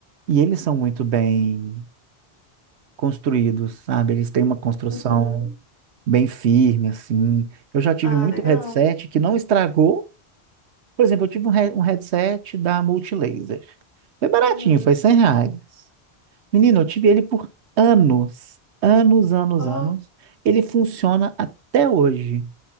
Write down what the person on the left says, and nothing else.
Uhum.
Ah,
legal.
Uhum.
Ó,